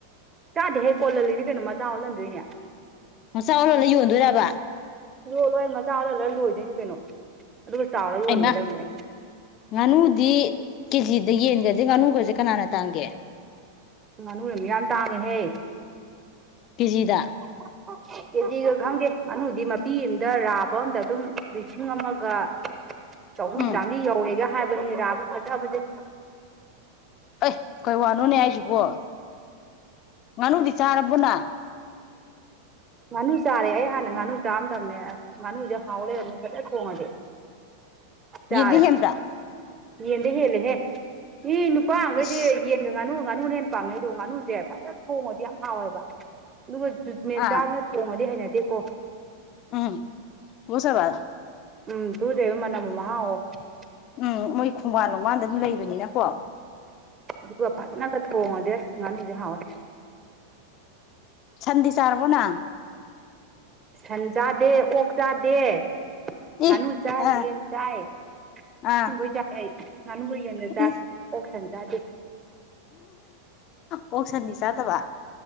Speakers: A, on the right; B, on the left.
A: ꯆꯥꯗꯦꯍꯦ ꯀꯣꯜꯍꯜꯂꯤꯅꯤ ꯀꯩꯅꯣ ꯃꯆꯥ ꯑꯣꯜꯍꯟꯗꯣꯏꯅꯤ
B: ꯃꯆꯥ ꯑꯣꯜꯍꯟꯂꯥ ꯌꯣꯟꯗꯣꯏꯔꯕ
A: ꯌꯣꯜꯂꯣꯏ ꯃꯆꯥ ꯑꯣꯜꯍꯟꯂꯥ ꯂꯣꯏꯗꯣꯏꯅꯤ ꯀꯩꯅꯣ ꯑꯗꯨꯒ ꯆꯥꯎꯔꯥ ꯌꯣꯟꯒꯗꯝꯅꯦ
B: ꯑꯩꯃ ꯉꯥꯅꯨꯗꯤ ꯀꯦꯖꯤꯗ ꯌꯦꯟꯒꯖꯦ ꯉꯥꯅꯨꯒꯖꯦ ꯀꯅꯥꯅ ꯇꯥꯡꯒꯦ
A: ꯉꯥꯅꯨꯅ ꯃꯌꯥꯝ ꯇꯥꯡꯉꯦꯍꯦ
B: ꯀꯦꯖꯤꯗ
A: <unintelligible> ꯀꯦꯖꯤꯒ ꯈꯪꯗꯦ ꯉꯥꯅꯨꯗꯤ ꯃꯄꯤ ꯑꯝꯗꯥ ꯂꯥꯕ ꯑꯝꯗꯥ ꯑꯗꯨꯝ ꯂꯤꯁꯤꯡ ꯑꯃꯒ ꯆꯍꯨꯝ
B: ꯎꯝ
A: ꯆꯥꯝꯕ꯭ꯔꯤ ꯌꯧꯔꯦꯒ ꯍꯥꯏꯕꯅꯤ ꯂꯥꯕ ꯐꯖꯕꯖꯦ
B: ꯑꯦ ꯀꯩ ꯋꯥꯅꯣꯅꯦ ꯍꯥꯏꯖꯤꯕꯨ ꯉꯥꯅꯨꯗꯤ ꯆꯥꯔꯕꯣ ꯅꯪ
A: ꯉꯥꯅꯨ ꯆꯥꯔꯦ ꯑꯩ ꯍꯥꯟꯅ ꯉꯥꯅꯨ ꯆꯥꯔꯝꯗꯝꯅꯦ ꯑꯁ ꯉꯥꯅꯨꯖꯦ ꯍꯥꯎ ꯂꯩꯔꯝꯃꯦ ꯐꯖ ꯊꯣꯡꯉꯗꯤ ꯆꯥꯔꯦ
B: ꯌꯦꯟꯗꯤ ꯍꯦꯟꯕ꯭ꯔꯥ
A: ꯌꯦꯟꯗꯤ ꯍꯦꯜꯂꯤꯍꯦ ꯃꯤ ꯅꯨꯄꯥꯒꯩꯗꯤ
B: ꯏꯁ
A: ꯌꯦ ꯉꯥꯅꯨ ꯉꯥꯅꯨꯅ ꯍꯦꯟ ꯄꯥꯝꯅꯩꯗꯣ ꯉꯥꯅꯨꯖꯦ ꯐꯖ ꯊꯣꯡꯉꯗꯤ ꯌꯥꯝ ꯍꯥꯎꯋꯦꯕ ꯑꯗꯨꯒ ꯖꯨꯠ
B: ꯑꯥ
A: ꯆꯥꯗꯅ ꯊꯣꯡꯉꯗꯤ ꯍꯩꯅꯗꯦꯀꯣ
B: ꯎꯝ ꯇꯨꯒꯠꯆꯕ
A: ꯎꯝ ꯇꯨꯒꯠꯆꯩꯕ ꯃꯅꯝ ꯃꯍꯥꯎ <unintelligible>
B: ꯎꯝ ꯃꯣꯏ ꯈꯣꯡꯕꯥꯟ ꯂꯣꯡꯕꯥꯥꯟꯗ <unintelligible> ꯂꯩꯕꯅꯤꯅꯀꯣ
A: ꯑꯗꯨꯒ ꯐꯖꯅꯒ ꯊꯣꯡꯉꯗꯤ ꯑꯁ ꯉꯥꯅꯨꯖꯦ ꯍꯥꯎꯋꯦ
B: ꯁꯟꯗꯤ ꯆꯥꯔꯕꯣ ꯅꯪ
A: ꯁꯟ ꯆꯥꯗꯦ ꯑꯣꯛ ꯆꯥꯗꯦ ꯉꯥꯅꯨ
B: ꯏ
A: ꯆꯥꯏ
B: ꯑꯥ
A: ꯌꯦꯟ ꯆꯥꯏ
B: ꯑꯥ
A: ꯁꯤꯡꯒꯣꯏ ꯆꯥꯏ ꯑꯩ ꯉꯥꯅꯨꯒ ꯌꯦꯟꯒ ꯆꯥꯏ
B: ꯏ
A: ꯑꯣꯛ ꯁꯟ ꯆꯥꯗꯦ
B: ꯑꯣꯛ ꯁꯟꯗꯤ ꯆꯥꯗꯕ